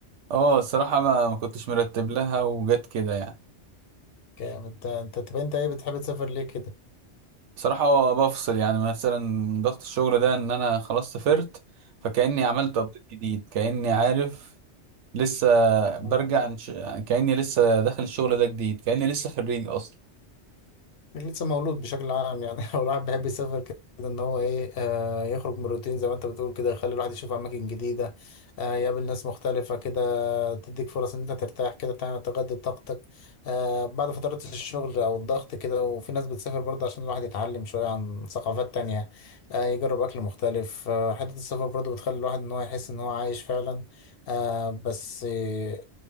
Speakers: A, on the right; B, on the left.
A: اه الصراحه ما ما كنتش مرتب لها وجت كده يعني
B: جامد ده انت طب انت ايه بتحب تسافر ليه كده
A: بصراحه هو بفصل يعني مثلا ضغط الشغل ده ان انا خلاص سافرت فكاني عملت ابديت جديد كاني عارف لسه برجع
B: امم
A: عن ش- يعني كاني لسه داخل الشغل ده جديد كاني لسه خريج اصلا
B: إنك لسه مولود بشكل عام يعني <laughs> لو الواحد بيحب يسافر كده ان هو ايه آه يخرج من الروتين زي ما انت بتقول كده يخلي الواحد يشوف اماكن جديده آه يقابل ناس مختلفه كده تديك فرص ان انت ترتاح كده تعمل تجدد طاقتك آه بعد فترات الشغل او الضغط كده وفي ناس بتسافر برضه عشان الواحد يتعلم شويه عن ثقافات تانية آه يجرب اكل مختلف آه حته السفر برضه بتخلي الواحد ان هو يحس ان هو عايش فعلا آه بس آه